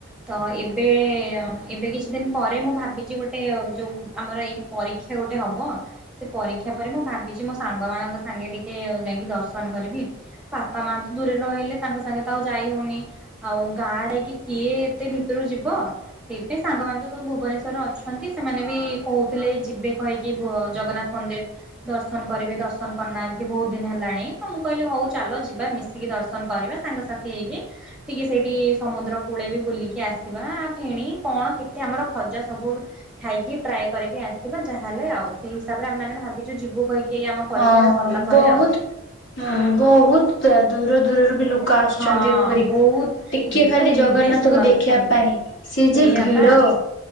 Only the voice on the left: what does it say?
ହଁ
ବହୁତ
ହଁ ବହୁତ ଦୂର ଦୂରରୁ ବି ଲୋକ ଲୋକ ଆସୁଛନ୍ତି
ପୁରୀକୁ
ଟିକେ
ଖାଲି
ଜଗନ୍ନାଥଙ୍କୁ
ଦେଖିବା ପାଇଁ ସିଏ
ଯ ଭିଡ ହଁ।